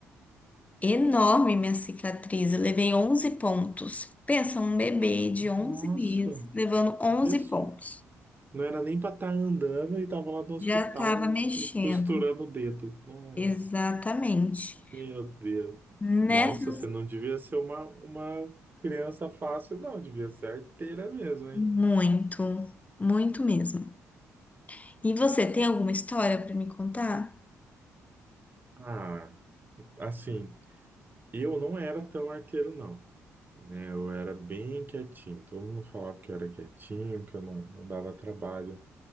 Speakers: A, on the left; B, on the right.
A: Enorme minha cicatriz. Eu levei 11 pontos. Pensa, um bebê de onze
B: Nossa,
A: meses levando onze
B: Jesus.
A: pontos.
B: Não era nem pra estar andando e tava lá no hospital
A: Já tava mexendo.
B: e costurando o dedo. Nossa,
A: Exatamente.
B: meu Deus.
A: Nessa,
B: Nossa, você não devia ser uma, uma criança fácil, não. Devia ser arteira mesmo, hein?
A: muito, muito mesmo. E você tem alguma história para me contar?
B: Ah, assim. Eu não era tão arteiro, não. Né? Eu era bem quietinho. Todo mundo falava que eu era quietinho, que eu não, não dava trabalho